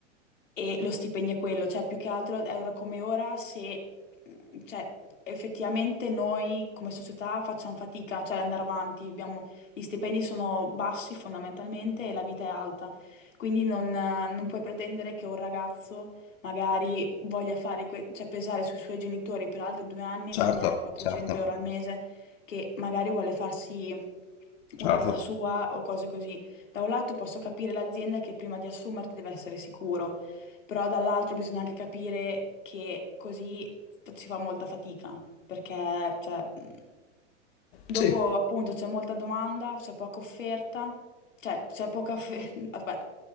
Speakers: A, on the left; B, on the left.
A: E lo stipendio è quello, cioè più che altro è ora come ora se, mm, cioè, effettivamente noi come società facciamo fatica, cioè andare avanti, abbiamo- gli stipendi sono bassi fondamentalmente e la vita è alta, quindi non, eh, non puoi pretendere che un ragazzo magari voglia fare, que- cioè pesare sui suoi genitori per altri due anni
B: certo,
A: e guadagnare 400
B: certo,
A: euro al mese, che magari vuole farsi una
B: certo.
A: vita sua o cose così. Da un lato posso capire l'azienda che prima di assumerti deve essere sicuro, però dall'altro bisogna anche capire che così f- si fa molta fatica, perché cioè, mh, dopo
B: Sì.
A: appunto c'è molta domanda, c'è poca offerta, cioè c'è poca offerta, <laughs> aspetta,